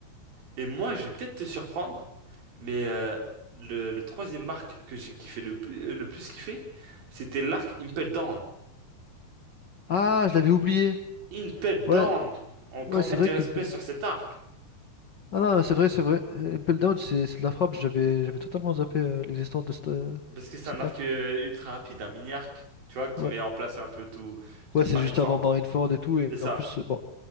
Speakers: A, on the right; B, on the left.
A: Et moi, je vais peut-être te surprendre, mais euh, le, le troisième arc que j'ai kiffé le plus, euh, le plus kiffé, c'était l'arc Impel Down.
B: Ah, je l'avais oublié.
A: Impel Down!
B: Ouais,
A: Encore
B: Ouais, c'est
A: mettre
B: vrai
A: du
B: qu'une...
A: respect
B: pelle-
A: sur cet arc.
B: Ah non, c'est vrai, c'est vrai. Euh, Impel Down, c'est c'est de la frappe. J'avais j'avais totalement zappé euh, l'existence de cette, euh,
A: Parce que c'est
B: cette
A: un arc
B: arme.
A: euh, ultra rapide, un mini arc, tu vois, qui
B: Ouais.
A: met en place un peu tout, tout
B: Ouais,
A: Marineford.
B: c'est juste avant Marineford et tout. Et
A: C'est ça.
B: en plus, euh, bon.